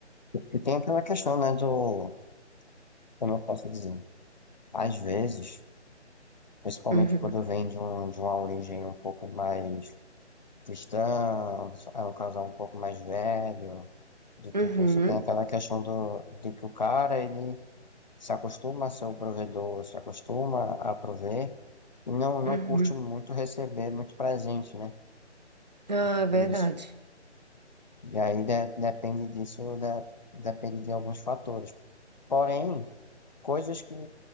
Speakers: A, on the left (about 40°); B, on the right (about 40°).
A: E tem aquela questão, né, do. Como eu posso dizer? Às vezes, principalmente
B: Uhum.
A: quando vem de, um, de uma origem um pouco mais cristã, é um casal um pouco mais velho, de tudo
B: Uhum.
A: isso, tem aquela questão do, de que o cara, ele se acostuma a ser o provedor, se acostuma a prover. e não, não
B: Uhum.
A: curte muito receber muito presente, né?
B: Ah,
A: De tudo
B: é verdade.
A: isso. E aí de- depende disso, da- depende de alguns fatores. Porém, coisas que.